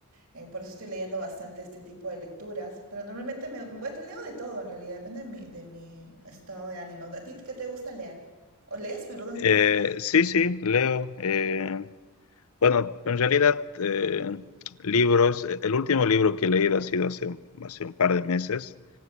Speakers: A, on the right (about 70°); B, on the left (about 70°).
A: eh, por eso estoy leyendo bastante este tipo de lecturas. Pero normalmente me, bueno, leo de todo en realidad, depende de mi, de mi estado de ánimo. ¿A ti qué te gusta leer? ¿O lees? Perdón.
B: Eh, sí, sí, leo. eh, bueno, en realidad, eh, libros, eh, el último libro que he leído ha sido hace, un- hace un par de meses.